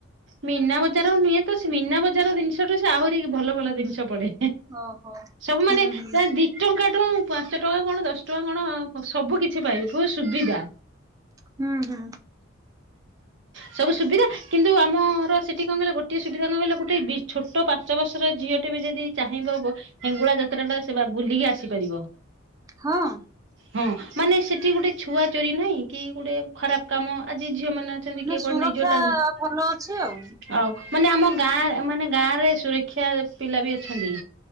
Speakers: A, on the right; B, on the right.
A: ମୀନା ବଜାର ନୁହେଁ ତ ସେ ମୀନା ବଜାର ଜିନିଷ ଠୁ ସେ ଆହୁରି ଭଲ ଭଲ ଜିନିଷ ପଡେ।
B: ଓହୋ।
A: ସବୁମାନେ
B: ହୁଁ
A: <unintelligible>
B: ହୁଁ
A: ଟଙ୍କାଠୁ ପାଞ୍ଚ ଟଙ୍କା କଣ ଦଶ ଟଙ୍କା କଣ ସବୁ କିଛି ପାଇବେ ବହୁ ସୁବିଧା।
B: ହୁଁ ହୁଁ
A: ସବୁ ସୁବିଧା କିନ୍ତୁ ଆମର ସେଠି କଣ କହିଲେ ଗୋଟିଏ ସୁବିଧା କଣ କହିଲ ଗୋଟେ ଛୋଟ ପା ପାଞ୍ଚ ବର୍ଷର ଝିଅଟେ ବି ଯଦି ଚାହିଁବ ହେଙ୍ଗୁଳା ଯାତ୍ରା ଟା ସେ ବା ବୁଲିକି ଆସିପାରିବ।
B: ହଁ?
A: ହଁ ମାନେ ସେଠି ଗୋଟେ ଛୁଆ ଚୋରି ନାହିଁ କି ଗୋଟେ ଖରାପ କାମ ଆଜି ଝିଅ ମାନେ ଅଛନ୍ତି କିଏ କୁଆଡେ
B: ସୁରକ୍ଷା
A: ନେଇଯିବ ଟା
B: ଭଲ ଅଛି ଆଉ।
A: ଆଉ ମାନେ ଆମ ଗାଁ ମାନେ ଗାଁ ରେ ସୁରକ୍ଷା ପିଲା ବି ଅଛନ୍ତି।